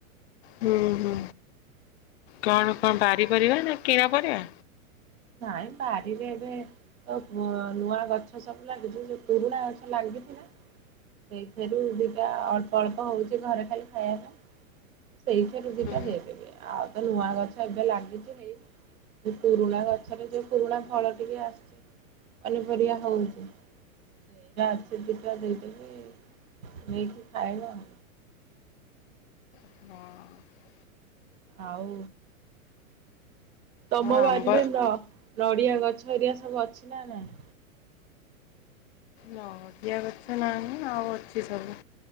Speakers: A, on the left; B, on the right.
A: ହୁଁ ହୁଁ। କଣ କଣ ବାରି ପରିବା ନା କିଣା ପରିବା?
B: ନାଇ ବାଡ଼ିରେ ଏବେ ବ ନୂଆ ଗଛ ସବୁ ଲାଗିଛି ଯ ପୁରୁଣା ଗଛ ଲାଗିଥିଲା। ସେଇଥିରୁ ଦିଟା ଅଳ୍ପ ଅଳ୍ପ ହଉଛି ଘରେ ଖାଲି ଖାଇବା ପାଇଁ। ସେଇଥିରୁ ଦିଟା
A: ହୁଁ
B: ଦେଇଦେବି ଆଉ ତ ନୂଆ ଗଛ ଏବେ ଲାଗିଛି ହେଇନି। ଯଉ ପୁରୁଣା ଗ ଗଛରେ ଯଉ ପୁରୁଣା ଫଳ ଟିକେ ଆସିଛି ପନିପରିବା ହଉଛି। ସେଇଟା ଅଛି ଦୁଇଟା ଦେଇଦେବି ନେଇକି ଖାଇବ ଆଉ।
A: ହଁ।
B: ଆଉ। ତମ
A: ଆଉ
B: ବାରିରେ
A: ଆମ୍ବ
B: ନ ନଡିଆ ଗଛ ହେରିଆ ସବୁ ଅଛି ନା ନାଇଁ?
A: ନଠିଆ ଗଛ ନାହିଁ ଆଉ ଅଛି ସବୁ